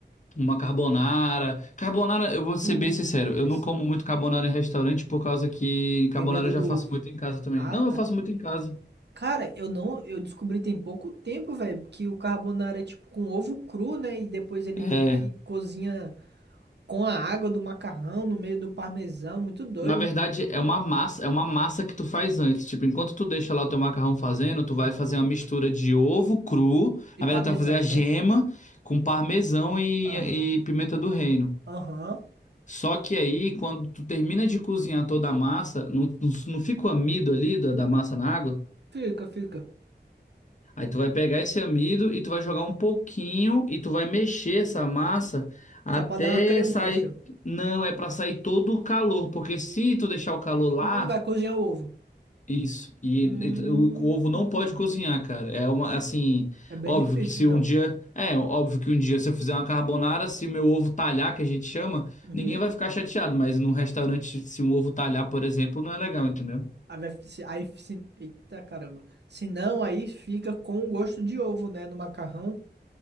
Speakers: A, on the left (about 40°); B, on the right (about 70°).
A: Uma carbonara. Carbonara, eu vou ser
B: Hum,
A: bem sincero,
B: interessante.
A: eu não como muito carbonara em restaurante por causa que carbonara
B: Tem medo
A: eu já
B: do
A: faço
B: ovo.
A: muito em casa também.
B: Ah,
A: Não,
B: tá.
A: eu faço muito em casa.
B: Cara, eu não, eu descobri tem pouco tempo, velho, que o carbonara é tipo com ovo cru, né? E depois ele
A: É.
B: meio que cozinha com a água do macarrão no meio do parmesão, muito doido.
A: Na verdade, é uma massa, é uma massa que tu faz antes. Tipo, enquanto tu deixa lá o teu macarrão fazendo, tu vai
B: Aham.
A: fazer uma mistura de ovo cru.
B: E
A: Na
B: parmesão,
A: verdade, tu vai fazer a gema
B: né?
A: com parmesão e,
B: Aham.
A: e pimenta do reino.
B: Aham.
A: Só que aí, quando tu termina de cozinhar toda a massa, não, não, não fica o amido ali da, da massa na água?
B: Fica, fica.
A: Aí tu vai pegar esse amido e tu vai jogar um pouquinho e tu vai mexer essa massa até
B: Só pra dar uma cremância.
A: sair. Não, é pra sair todo o calor, porque se tu deixar o calor lá.
B: Hum, vai cozinhar o ovo.
A: Isso. E,
B: Hum.
A: e o, o ovo não pode cozinhar, cara. É uma, assim,
B: É bem
A: óbvio
B: difícil,
A: que se
B: então.
A: um dia, é, óbvio que um dia se eu fizer uma carbonara, se meu ovo talhar, que a gente chama,
B: Uhum.
A: ninguém vai ficar chateado, mas num restaurante, se um ovo talhar, por exemplo, não é legal, entendeu?
B: Aí, vai, se- aí, se, eita caramba. Se não, aí fica com o gosto de ovo, né? No macarrão,